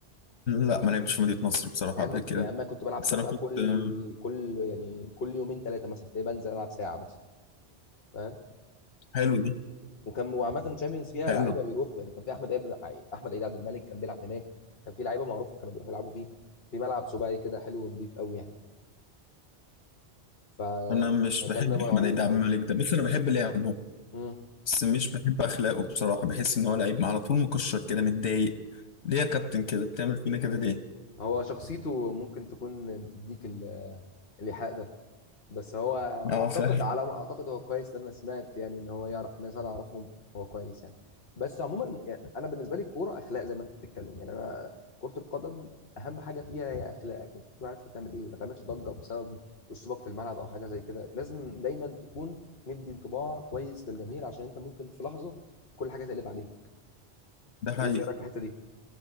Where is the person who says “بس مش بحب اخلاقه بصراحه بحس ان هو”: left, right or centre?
Left